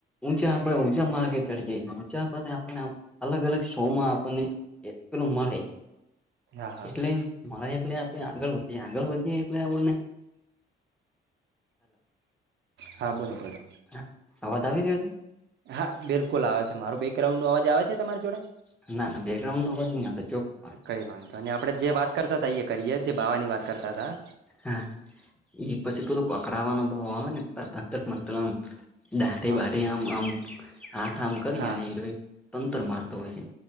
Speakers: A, in the centre; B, on the right (about 65°).
A: ઉચા આપણે ઊંચા માર્ગે ચડીએ જ‌ઈ ઉચા પ આપણે અલગ અલગ સોમાં આપણને એટલું મળે
B: હા હા
A: એટલે મળે એટલે આપણે આગળ વધીએ આગળ વધીએ એટલે આપને
B: હા બોલો બોલો
A: હા અવાદ આવી રહ્યો છે.
B: હા બિલકુલ આવે છે મારું બે. ગ્રાઉન્ડ નો અવાજ આવે છે તમારી જોડે
A: છે ના ના બેકગ્રાઉન્ડ નો અવાજ નહી આવતો ચોખ્ખો આવે
B: કંઈ વાંધો ન‌ઇ આપણે જે વાત કરતા હતા એ કરીએ જે બાવાની વાત કરતા તા
A: હા એ પસે પેલું અકડાવાનો ભાવવાને ત તંત્ર મંતમ દાઢી
B: હા
A: બાઢી આમ આમ હાથ આમ કરી
B: હા
A: અને એરો તંતર મારતો હોય છે.